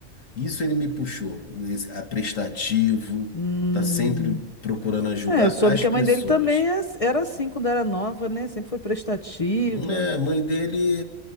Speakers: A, on the left (about 75°); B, on the left (about 30°).
A: Isso ele me puxou, esse, a prestativo,
B: Hum.
A: tá sempre procurando ajudar
B: É, eu soube
A: as
B: que
A: pessoas.
B: a mãe dele também é- era assim quando era nova, né? Sempre foi prestativa,
A: É, a mãe dele,